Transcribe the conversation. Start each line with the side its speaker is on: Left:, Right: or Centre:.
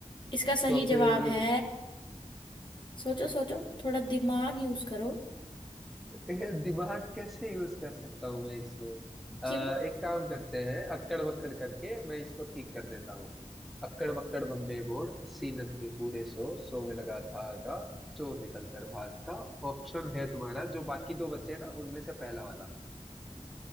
Left: इसका सही
Centre: तो
Left: जवाब
Centre: फिर
Left: है सोचो सोचो थोड़ा दिमाग यूज करो
Centre: ये दिमाग कैसे यूज कर सकता हूँ मैं इसमें
Left: क्यों
Centre: आ, एक काम करते हैं अक्कड़ बक्कड़ करके मैं इसको ठीक कर देता हूँ अक्कड़ बक्कड़ बम्बे बोर्ड अस्सी नब्बे पूरे सौ सौ में लगा धागा चोर निकल कर भाग का ऑप्शन है तुम्हारा जो बाकी दो बचे ना उनमें से पहला वाला